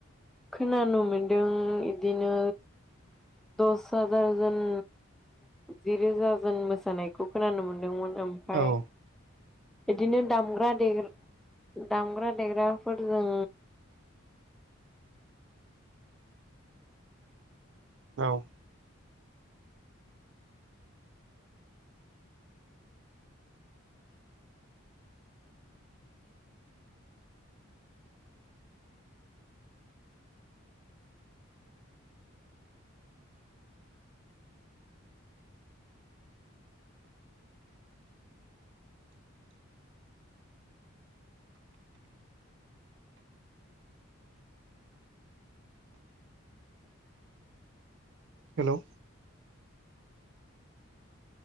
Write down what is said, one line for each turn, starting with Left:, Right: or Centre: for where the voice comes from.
Centre: खोनानो मोनदों इदिनो दस हाजारजन जििरोज जोन मोसानायखौ खोनानो मोनदोंमोन ओमफफ्राय
Right: आरो
Centre: बिदिनो दामग्रा दे दामग्रा देग्राफोरजों
Right: औ हेल'